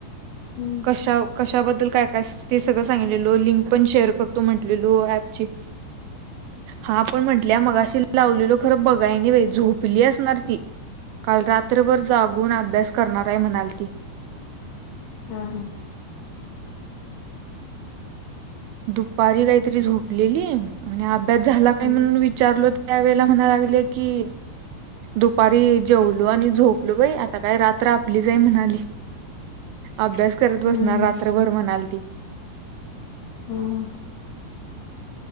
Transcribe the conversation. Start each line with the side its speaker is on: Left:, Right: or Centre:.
Left: हम्म
Right: कशाबद्दल काय काय ते सगळं सांगलेल लिंक. पण शेअर करतो म्हटलेलो ऍपची हा आपण म्हटल्या मग अशी लावलेलो खरं बघायने बा झोपली असणार ती. काल रात्रभर जागून अभ्यास करणाराय म्हणाल ती
Left: हा हा
Right: दुपारी काहीतरी झोपलेली आणि अभ्यास झाला
Left: हम्म
Right: का म्हणून विचारल. त्या वेला म्हणा लागले की दुपारी जेवलो आणि झोपलो बाई आता काय रात्र आपली जाई म्हणाली. अभ्यास करत बसणार
Left: हम्म हम्म
Right: रात्रभर म्हणाल ती
Left: हा हा.